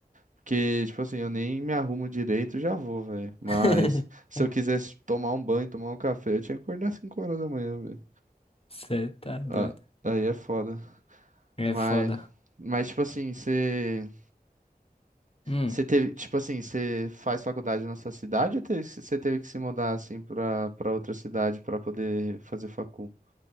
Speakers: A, on the right; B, on the left.
A: Porque, tipo assim, eu nem me arrumo direito, e já vou, velho. Mas
B: <laughs>
A: se eu quisesse tomar um banho, tomar um café, eu tinha que acordar cinco horas da manhã, velho.
B: Você tá doido.
A: Ah, aí é foda.
B: É
A: Mas,
B: foda.
A: mas tipo assim, você.
B: Hum.
A: Você teve, tipo assim, você faz faculdade na sua cidade ou teve- você teve que se mudar assim pra, pra outra cidade pra poder fazer facul?